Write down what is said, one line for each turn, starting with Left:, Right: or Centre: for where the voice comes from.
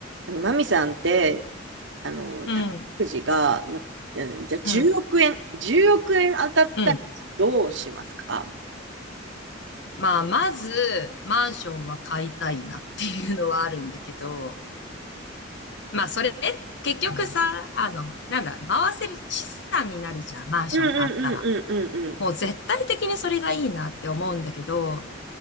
Right: あの、マミさんって、あの、
Left: うん、
Right: 宝くじが、ま、うん、じゃあ10億円、
Left: うん、
Right: 10億円当たったらどうしますか
Left: うん。まあ、まず、マンションは買いたいなっていうのはあるんだけど、まあ、それ、結局さ、あの、なんだ、回せる資産になるじゃん、マンション買ったら。
Right: うんうんうんうんうんうん。
Left: もう絶対的にそれがいいなって思うんだけど、